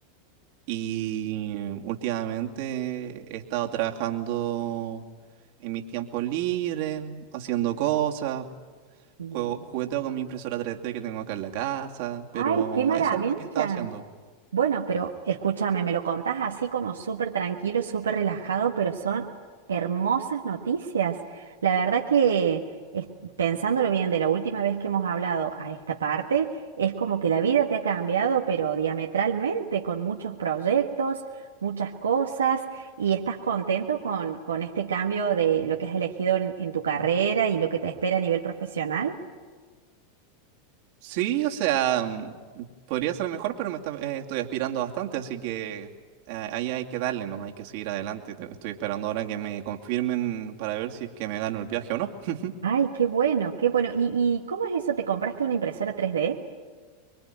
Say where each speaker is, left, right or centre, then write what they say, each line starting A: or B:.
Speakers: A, on the right; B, on the right.
A: y últimamente he estado trabajando en mis tiempos libres, haciendo cosas.
B: Bien.
A: Juego, jugueteo con mi impresora 3D que tengo acá en la casa,
B: Ay,
A: pero
B: qué maravilla.
A: eso es lo que he estado haciendo.
B: Bueno, pero escúchame, me lo contás así como súper tranquilo, súper relajado, pero son hermosas noticias. La verdad que es- pensándolo bien, de la última vez que hemos hablado a esta parte, es como que la vida te ha cambiado, pero diametralmente, con muchos proyectos, muchas cosas, y estás contento con, con este cambio de lo que has elegido en, en tu carrera y lo que te espera a nivel profesional.
A: Sí, o sea, mm, podría ser mejor, pero me está- eh, estoy aspirando bastante, así que eh, ahí hay que darle, nomás hay que seguir adelante. Te- Estoy esperando ahora que me confirmen para ver si es que me gano el viaje o no. <laughs>
B: Ay, qué bueno, qué bueno. ¿Y, y cómo es eso? ¿Te compraste una impresora tres d